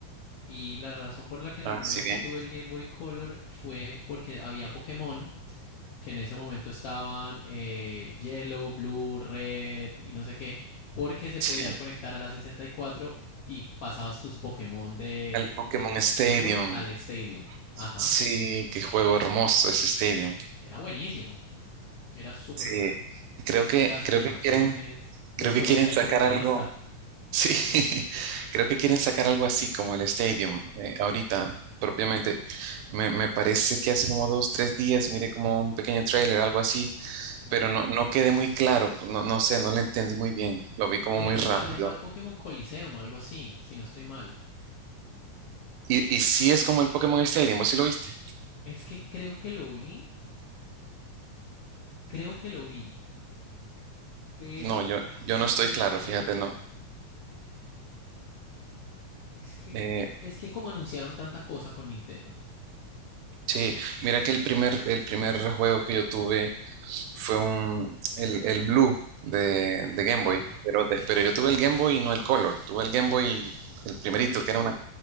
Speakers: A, on the left; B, on the right.
A: Y la razón por la que en
B: Ah,
A: algún
B: sí,
A: momento
B: bien.
A: tuve el Game Boy Color fue porque había Pokémon, que en ese momento estaban eh, Yellow, Blue, Red y no sé qué, porque se
B: Sí.
A: podían conectar a la 64 y cuatro y pasabas tus Pokémon de,
B: El Pokémon
A: del
B: Stadium.
A: Game Boy al Stadium. Ajá,
B: Sí, qué juego hermoso ese Stadium.
A: era buenísimo, era súper
B: Sí.
A: bueno.
B: Y Creo que,
A: Y las animaciones,
B: creo que quieren,
A: los
B: creo que
A: comenta
B: quieren
A: el
B: sacar
A: comentarista.
B: algo. Sí, <laughs> creo que quieren sacar algo así como el Stadium eh, ahorita, propiamente. Me, me parece que hace como dos, tres días miré como un pequeño trailer, algo así,
A: Sí,
B: pero no, no quedé muy claro. No, no sé, no lo entendí muy bien. Lo vi como
A: creo
B: muy
A: que
B: rápido.
A: se va a llamar Pokémon Coliseum, algo así, si no estoy mal.
B: Y, y sí es como el Pokémon Stadium, ¿vos sí lo viste?
A: Es que creo que lo vi Creo que lo vi, pero
B: No, yo, yo no estoy
A: no
B: claro,
A: me acuerdo.
B: fíjate, no.
A: Es que,
B: Eh,
A: es que como anunciaron tanta cosa con Nintendo.
B: Sí, mira que el primer, el primer juego que yo tuve fue un, el, el Blue de, de Game
A: Ajá.
B: Boy, pero, de- pero yo tuve el Game Boy y no el Color, tuve el Game Boy, el primerito,
A: El
B: que era una,